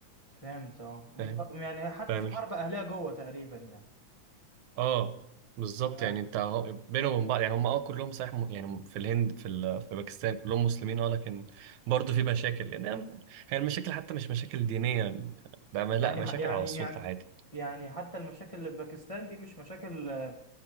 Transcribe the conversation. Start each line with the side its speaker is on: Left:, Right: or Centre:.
Left: فهمت اه منق...
Right: فاهم
Left: يعني حتى
Right: فاهم
Left: في حرب اهلية جوه تقريبا يعني
Right: اه بالظبط
Left: تمام
Right: يعني انت اهو بينهم وبين بعض يعني هم اه كلهم صحيح م- يعني في الهند في ال... في باكستان كلهم مسلمين اه لكن برضه في مشاكل لان هم- هي المشاكل حتى مش مشاكل دينية بقى لا
Left: يعني
Right: مشاكل
Left: ح- يعني
Right: على السلطة
Left: يعني
Right: عادي
Left: يعني حتى المشاكل اللي في باكستان دي مش مشاكل آه،